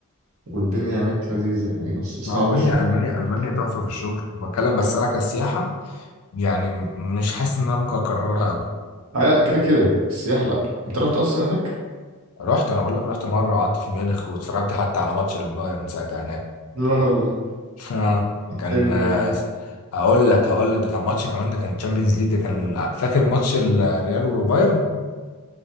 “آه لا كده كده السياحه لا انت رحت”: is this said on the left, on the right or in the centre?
Right